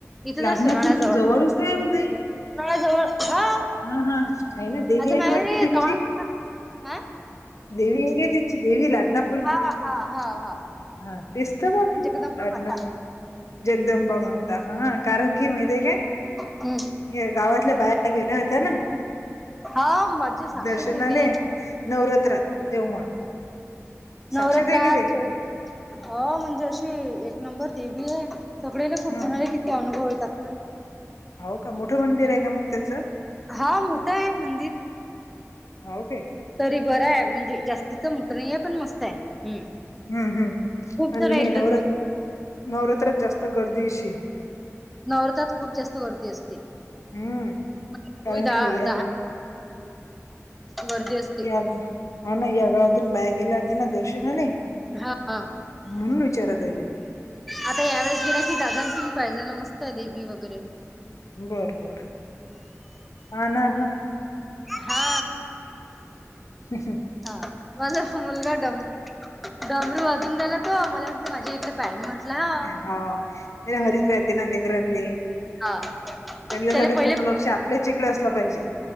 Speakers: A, in the centre; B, on the left (about 70°).
A: इथं
B: लाडनापूरच
A: तर सोनाळ्याजवळ
B: जवळच आहे उदय
A: सोनाळ्याजवळ हा
B: हा हा काय ना देव्याना
A: माझं माहेर
B: वाट
A: आहे
B: दिची.
A: जवळ हा
B: देवी हेेचची देवी लाडना
A: हा हा हा हा.
B: हा तेच तर म्हटलं
A: जगदंबा
B: लाटणं.
A: माता
B: जगदंबा माता हा कारण की माहितीये काय?
A: हम्म
B: हे गावातल्या बाया गेल्या होत्या ना.
A: हा माझी साक्षात
B: दर्शनाले
A: देवी आहे ना
B: नवरात्रात तेव्हा साक्षात
A: नवरात्राै
B: आहे का ते
A: हो म्हणजे अशी एक नंबर देवी आहे. सगळेला खूप
B: हा
A: जणाले किती अनुभव येतात ना
B: हो का मोठं मंदिर
A: हम्म
B: आहे का मग त्याच?
A: हा मोठं आहे मंदिर
B: हो का?
A: तरी बरं आहे म्हणजे जास्तीच मोठं नाहीे पण मस्त आहे हम्म.
B: हम्म हम्म
A: खूप
B: आणि
A: जण येत
B: हे
A: राहतात
B: नवरात नवरात्रात जास्त गर्दीशी आहे.
A: नवरतात खूप जास्त गर्दी असते
B: हम्म
A: मवी
B: कारण की
A: दहा
B: या
A: दहा
B: गा
A: गर्दी असं
B: या गाव होा ना या गावातून बाहेर गेले होते ना दर्शनाले.
A: हा हा
B: म्हणून विचारत आहे मी.
A: आता यावेेळेस गेल्या की दादा तुम पाहिज ना मस्त आहे देवी वगैरे.
B: बर बर हा हा ना
A: हा
B: अहंम
A: हा माझा मुलगा डम डमरू वाजून दला तो मुला माझे इकडे पाय मी म्हटल ना.
B: हा हरिक रादेन एकर्रली.
A: हा
B: त्यांच्यासाठी
A: त्याला पहिले
B: पूर्ण लक्ष आपल्याच इकडे असलं पाहिजे.